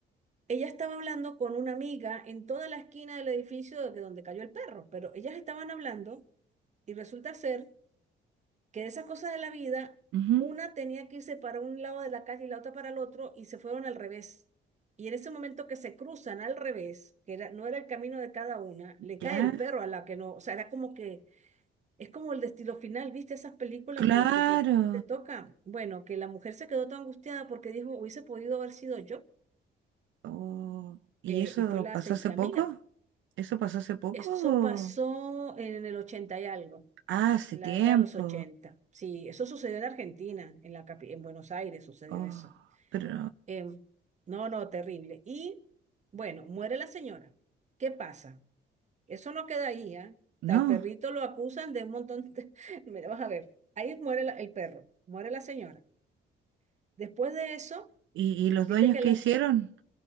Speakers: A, on the right; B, on the right.
A: Ella estaba hablando con una amiga en toda la esquina del edificio de donde cayó el perro, pero ellas estaban hablando y resulta ser que de esas cosas de la vida,
B: Ujú.
A: una tenía que irse para un lado de la calle y la otra para el otro y se fueron al revés. Y en ese momento que se cruzan al revés, que era- no era el camino de cada una, le
B: ¿Ya?
A: cae el perro a la que no, o sea, era como que, es como el destino final, ¿viste esas películas
B: Claro.
A: que, que te, te tocan? Bueno, que la mujer se quedó tan angustiada porque dijo, hubiese podido haber sido yo,
B: Oh. ¿Y
A: eh,
B: eso
A: y fue la,
B: pasó
A: se-
B: hace
A: la
B: poco?
A: amiga.
B: ¿Eso pasó hace poco?
A: Eso
B: o-
A: pasó en el 80 y algo,
B: Ah, hace
A: en
B: tiempo.
A: la década de los 80. Sí, eso sucedió en Argentina, en la capi- en Buenos Aires sucedió
B: Oh,
A: eso.
B: pero
A: Em, no, no, terrible. Y bueno, muere la señora. ¿Qué pasa? Eso no queda ahí, ¿ah?
B: no.
A: O sea, el perrito lo acusan de un montón de... <laughs> Mira, vas a ver, ahí muere la- el perro, muere la señora. Después de eso,
B: ¿Y, y los
A: viste
B: dueños
A: que
B: qué
A: las
B: hicieron?
A: que...